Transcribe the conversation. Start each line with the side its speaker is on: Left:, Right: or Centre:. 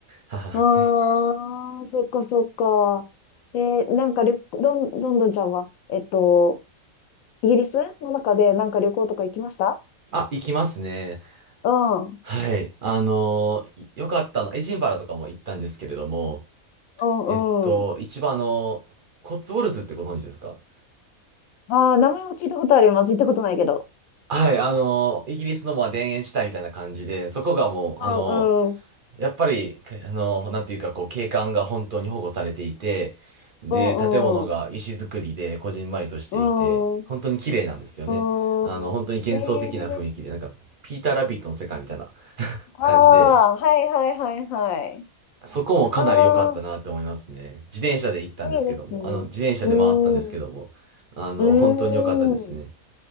Right: <laughs> はは
Left: ああ、そっかそっか。えーなんか旅、ロン、ロンドンちゃんは、えっと、イギリスの中でなんか旅行とか行きました
Right: あ、行きますね。
Left: うん。う
Right: はい。あのーいよかったの、エジンバラとかも行ったんですけれども、
Left: んうん。
Right: えっと、一番あの、コッツウォルズってご存知ですか
Left: ああ、名前は聞いたことあります。行ったことないけど。
Right: はい、あのーイギリスのまあ田園地帯みたいな感じで、そこがもう、あの
Left: うんうん。
Right: やっぱり、かあの、なんていうか、こう、景観が本当に保護されていて、で、
Left: うんうん。
Right: 建物が石造りで、こじんまりとしていて、
Left: うん。
Right: 本当に綺麗なんですよね。
Left: うん。
Right: あの、本当に幻想的な雰囲気で、
Left: えー、
Right: なんか、ピーター・ラビットの世界みたいな
Left: ああ、
Right: 感じで、
Left: はいはいはいはい。
Right: そこもかなり良かったなって思いますね。
Left: ああ、
Right: 自転車で行ったんですけども、
Left: いいですね。
Right: あの、自転車で回ったんですけども、
Left: うん。
Right: あの、
Left: う
Right: 本当に良かったですね。
Left: ん。